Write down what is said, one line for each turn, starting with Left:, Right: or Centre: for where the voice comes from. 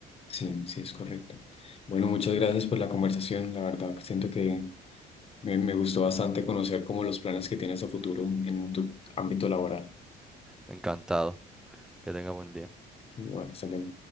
Left: sí, sí, es correcto. Bueno, muchas gracias por la conversación. La verdad, que siento que me, me gustó bastante conocer como los planes que tienes a futuro en tu ámbito laboral.
Centre: Encantado, que tenga buen día.
Left: igual bueno, hasta luego.